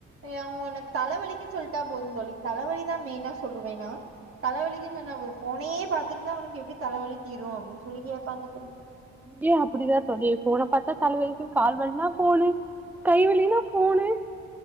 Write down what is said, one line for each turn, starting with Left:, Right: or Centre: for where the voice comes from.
Right: ஏ அவுங்க உனக் தலைவலிக்குன் சொல்ட்டா போது தோழி தலவலி தா மெயினா சொல்லுவே நா தலைவலிக்குன் சொன்னா போது ஃபோனே பாத்தட்டுந்தா உனக்கு எப்டி தலவலி தீரு அப்டினு சொல்லி கேப்பாங்க தோழி
Centre: இங்கியு அப்பிடிதா தோழி ஃபோன பாத்தா தலவலிக்கு கால் வலினா ஃபோனு கைவலினா ஃபோனு